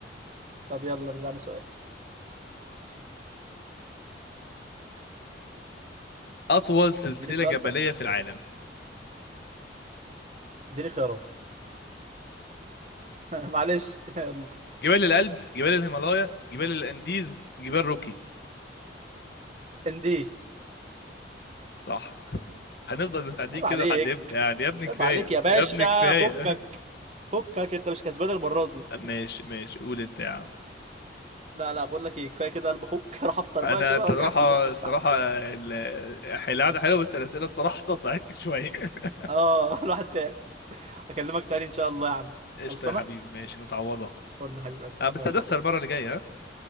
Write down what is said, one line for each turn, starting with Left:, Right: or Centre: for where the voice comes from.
Right: طب يلا رزعني سؤال
Left: أطول سلسلة
Right: اديني سؤال
Left: جبلية
Right: بقى
Left: في العالم
Right: اديني خيارات <laughs> معلش <laughs> يلا.
Left: جبال الألب جبال الهيمالايا جبال الأنديز جبال روكي
Right: انديس
Left: صح هنفضل متعدين
Right: عيب
Left: كده
Right: عليك
Left: لحد امتى يعني يا ابني
Right: عيب
Left: كفاية
Right: عليك يا باشا
Left: يا ابني كفاية
Right: فكك فكك انت مش كسبان المره
Left: <laughs>
Right: دي
Left: ماشي ماشي قول انت يا عم
Right: لا لا بقول لك ايه كفايه كده قلب اخوك <laughs> اروح افطر
Left: انا
Right: بقى كده
Left: انت
Right: وارجع
Left: الصراحة
Right: اكلمك تاني
Left: الصراحة
Right: بعدين
Left: ال- القعدة حلوة بس الأسئلة الصراحة قطعتني شوية <laughs>
Right: اه <laughs> الواحد تاني اكلمك تاني ان شاء الله يا عم
Left: قشطة
Right: خلصانه
Left: يا حبيبي ماشي متعوضة
Right: قول حبيب قلبي
Left: أه بس
Right: يلا
Left: هتخسر
Right: يا اخويا
Left: المرة اللي جاية ها